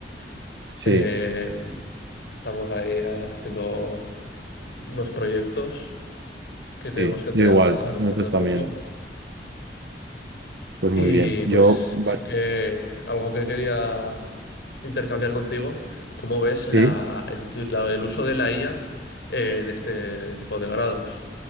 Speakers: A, on the right; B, on the left.
A: Sí,
B: Eh, estamos ahí haciendo unos proyectos que tenemos
A: sí,
B: que entregar
A: yo igual, nosotros
B: dentro de
A: también.
B: poco.
A: Pues muy
B: Y
A: bien. Yo,
B: pues
A: va-
B: sí que algo que quería intercambiar contigo, ¿cómo ves la,
A: sí,
B: el, uti- la- el uso de la IA en este tipo de grados?